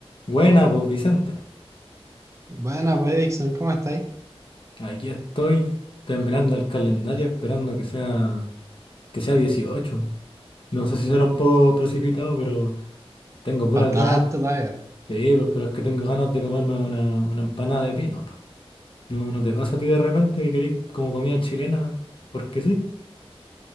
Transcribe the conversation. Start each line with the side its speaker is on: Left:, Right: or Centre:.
Left: Buena, pues Vicente.
Right: Buena, pues, Dixon, ¿cómo estáis?
Left: Aquí estoy, terminando el calendario, esperando que sea, que sea 18. No sé si será un poco precipitado, pero tengo puras
Right: Falta
Left: ganas.
Right: harto todavía.
Left: Sí, pues, pero es que tengo ganas de comerme una, una empanada de pino. po. ¿No, no te pasa a ti de repente que querís como comida chilena? Porque sí.